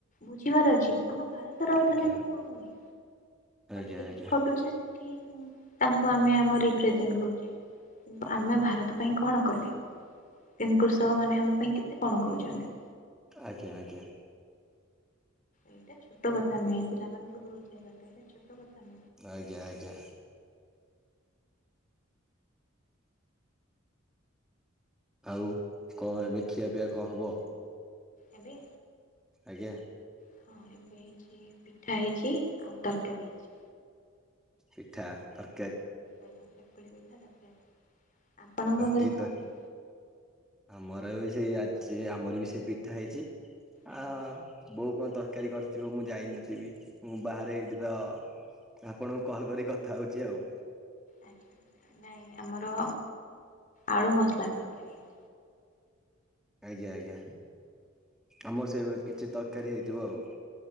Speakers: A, on the left (about 40°); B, in the centre.
A: ବୁଝିବାର ଅଛି ଆମ ଭାରତର ଅର୍ଥନୀତି
B: ଆଜ୍ଞା
A: କୁ ବଢଉନେ।
B: ଆଜ୍ଞା।
A: ସେଠି
B: ଆଜ୍ଞା
A: କଟୁଛି ସେଠି ତାଙ୍କୁ ଆମେ ଆମ ରେପ୍ରେସେଣ୍ଟ କରୁଛେ, କିନ୍ତୁ ଆମେ ଭାରତ ପାଇଁ କଣ କଲେ? ତେଣୁ କୃଷକ ମାନେ ଆମ ପାଇଁ କେତେ କଣ କରୁଛନ୍ତି।
B: ଆଜ୍ଞା, ଆଜ୍ଞା।
A: ଏଇଟା ଛୋଟ କଥା ନାହିଁ। ପିଲାମାନଙ୍କୁ ବି ବୁଝେଇବା ପାଇଁ ଏଇଟା ଛୋଟ କଥା ନାହିଁ।
B: ଆଜ୍ଞା, ଆଜ୍ଞା। ଆଉ କ ଏବେ ଖିଆପିଆ କଁ ହବ?
A: ଏବେ।
B: ଆଜ୍ଞା।
A: ହଁ ଏବେ ହେଇଛି ପିଠା ହେଇଛି ଆଉ ତରକାରୀ ହେଇଛି।
B: ପିଠା ତର
A: ଆଜ୍ଞା, ଚକୁଳି ପିଠା ତରକାରୀ ଆପଣଙ୍କ ଘରେ
B: କି
A: କଣ
B: ତ
A: ହେ
B: ଆମର ବି ସେଇଛି ଆମର ବି ସେଇ ପିଠା ହେଇଛି।
A: ଆରେବା
B: ଆ ବୋଉ କଣ ତରକାରୀ କରି ଥିବ ମୁଁ ଯାଇନଥିବି ମୁଁ ବାହାରେ ଏଇଠି ତ ଆପଣଙ୍କୁ କଲ୍ କରି କଥା ହଉଛି ଆଉ।
A: ଆଚ୍ଛା ଆଚ୍ଛା ନାଇଁ ଆମର ଆଳୁ ମସଲା ତରକାରୀ ହେଇଛି।
B: ଆଜ୍ଞା ଆଜ୍ଞା ଆମର ସେଇଭଳି କିଛି ତରକାରୀ ହେଇଥିବ ଆଉ।